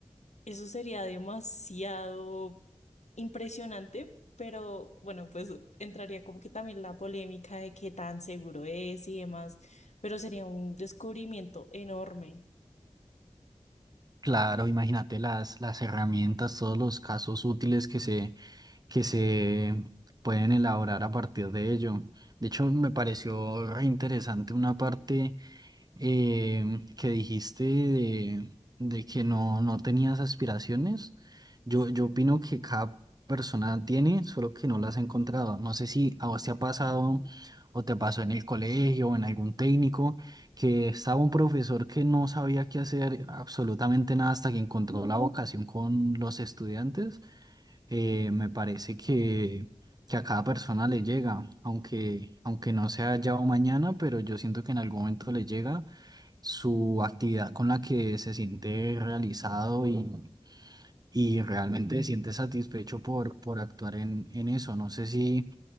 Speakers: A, on the left; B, on the right.
A: eso sería demasiado impresionante, pero bueno, pues entraría como que también la polémica de qué tan seguro es y demás, pero sería un descubrimiento enorme.
B: Claro, imagínate las, las herramientas, todos los casos útiles que se, que se pueden elaborar a partir de ello. De hecho, me pareció re interesante una parte eh, que dijiste de, de que no, no tenías aspiraciones. Yo, yo opino que cada persona tiene, solo que no las ha encontrado. No sé si a vos te ha pasado o te pasó en el colegio o en algún técnico, que estaba un profesor que no sabía qué hacer absolutamente nada hasta que encontró la vocación con los estudiantes. Eh, me parece que... que a cada persona le llega, aunque, aunque no sea ya o mañana, pero yo siento que en algún momento le llega su actividad con la que se siente realizado y, y realmente se siente satisfecho por, por actuar en, en eso. No sé si